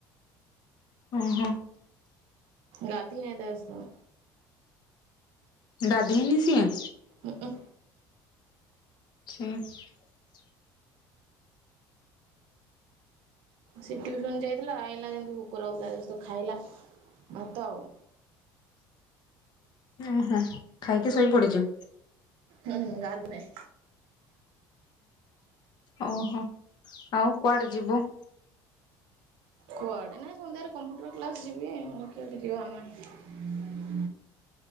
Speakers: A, on the left; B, on the right.
A: ଓହୋ।
B: ଗାଧେଇନି ଆଜିତ।
A: ଗାଧେଇନି ସିଏ?
B: ଉଁ ଉ!
A: ଛ <unintelligible>
B: ସେ ଟିଉସନ ଯାଇଥିଲା ଆଇଲା ଯେମତି ଭୋକ ଲାଗୁ ଥିଲା ତ ଖାଇଲା ଭାତ ଆଉ
A: ଓହୋ ଖାଇକି ଶୋଇ ପଡିଛି।
B: ହୁଁ ଗାଦ ନାଇଁ
A: ଓହୋ ଆଉ କୁଆଡେ ଯିବୁ?
B: କୁଆଡେ ନାଇଁ ସନ୍ଧ୍ୟାରେ କମ୍ପୁଟର କ୍ଲାସ ଯିବି <unintelligible> ବାର ନା। ହୁଁ <inaudible>